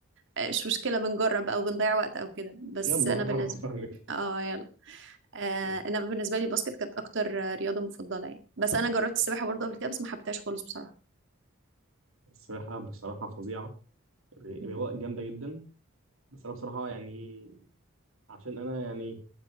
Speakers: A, on the right (about 60°); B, on the right (about 75°).
A: آه، مش مشكلة بنجرب أو بنضيع وقت أو كده بس
B: يلا
A: أنا بالنسبة
B: <laughs> اه فاهمك
A: اه يلا آه
B: مم.
A: أنا بالنسبة لي الباسكت كانت أكتر آه، رياضة مفضلة يعني بس أنا جربت السباحة برضه قبل كده بس ما حبيتهاش خالص بصراحة
B: السباحة بصراحة فظيعة الري- رياضة
A: مم.
B: جامدة جدا بس انا بصراحة يعني عشان انا يعني